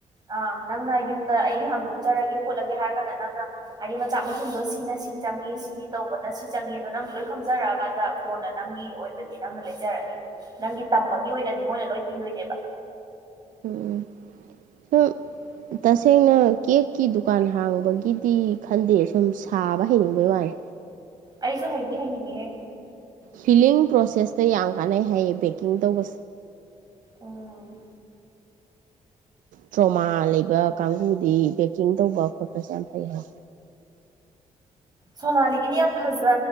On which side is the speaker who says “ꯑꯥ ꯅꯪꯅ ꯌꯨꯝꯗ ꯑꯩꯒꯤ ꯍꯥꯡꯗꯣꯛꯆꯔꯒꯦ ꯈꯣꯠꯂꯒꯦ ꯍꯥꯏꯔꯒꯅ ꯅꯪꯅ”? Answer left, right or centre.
Right